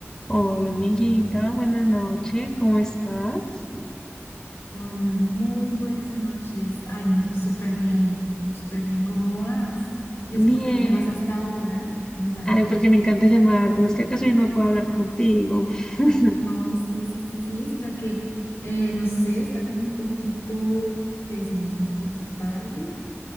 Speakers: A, on the left; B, on the left.
A: Hola, amiguita, buenas noches, ¿cómo estás?
B: Hola, muy buenas noches. Ay, no, súper bien, súper bien. ¿Cómo vas? ¿Y
A: Bien.
B: eso porque me llamas hasta ahora? Qué milagro.
A: Ay, porque me encanta llamarte, es que acaso yo no puedo hablar contigo. <laughs>
B: No, sí, sí, sí, sí, sino que, eh, no sé, está como un poquito, que decimos un poquito tarde.